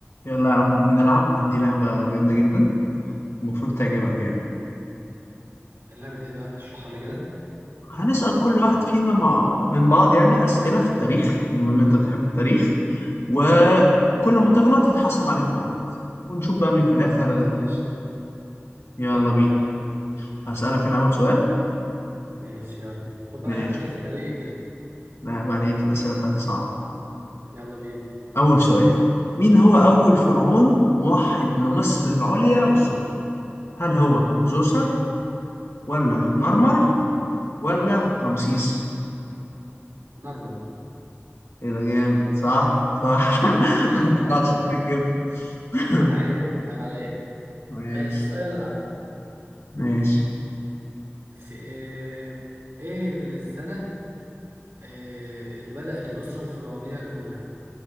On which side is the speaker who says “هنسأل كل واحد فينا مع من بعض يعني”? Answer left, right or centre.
Left